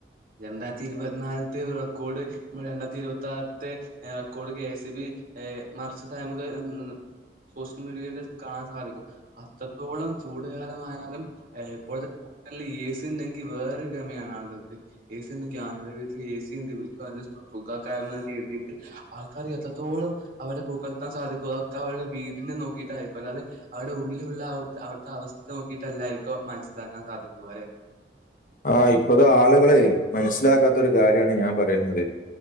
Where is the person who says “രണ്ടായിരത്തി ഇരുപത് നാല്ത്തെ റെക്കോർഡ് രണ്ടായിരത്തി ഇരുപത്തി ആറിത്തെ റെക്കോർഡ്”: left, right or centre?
Right